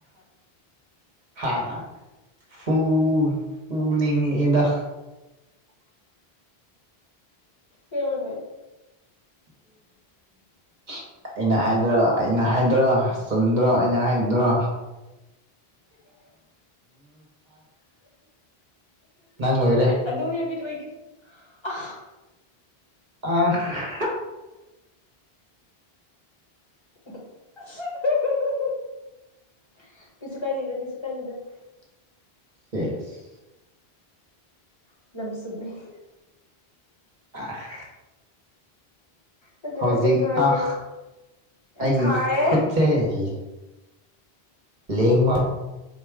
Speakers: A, on the right; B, on the left.
A: ꯍꯥꯥ ꯐꯨ ꯐꯨꯅꯤꯡꯉꯛꯑꯦꯗ
B: ꯑꯁꯦꯡꯕꯅꯦ
A: <inaudible> ꯑꯩꯅ ꯍꯥꯏꯗ꯭ꯔꯣ ꯑꯩꯅ ꯍꯥꯏꯗ꯭ꯔꯣ ꯆꯨꯟꯗ꯭ꯔꯣ ꯑꯩꯅ ꯍꯥꯏꯗ꯭ꯔꯣ ꯅꯪ ꯂꯣꯏꯔꯦ
B: ꯑꯗꯨ ꯍꯦꯕꯤꯔꯛꯑꯣꯒꯤ ꯑꯥ
A: <unintelligible>
B: <unintelligible>
A: <unintelligible>
B: <unintelligible>
A: ꯑꯥ
B: ꯅꯠꯇꯦꯗ
A: ꯍꯧꯖꯤꯛ
B: ꯀꯩꯁꯨ ꯍꯥꯏꯗꯦꯗ
A: ꯑꯥ
B: ꯌꯥꯝ
A: ꯑꯩꯒꯤ
B: ꯁꯥꯔꯦ
A: ꯈꯨꯠꯁꯦꯜꯂꯤ ꯂꯦꯡꯕ